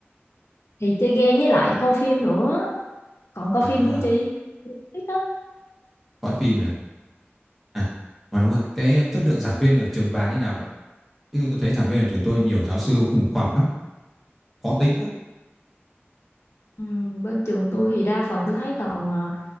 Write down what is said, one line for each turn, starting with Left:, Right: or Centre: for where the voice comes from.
Left: thì chơi game với lại coi phim nữa còn coi
Centre: à
Left: phim nữa làm chi ít đó
Centre: coi phim nhỉ À, mà đúng rồi, cái chất lượng giảng viên ở trường bà như nào vậy? Chứ tôi thấy giảng viên ở trường tôi nhiều giáo sư khủng khoằm lắm, khó tính nữa.
Left: ừ, bên trường tôi thì đa phần tôi thấy toàn ờ,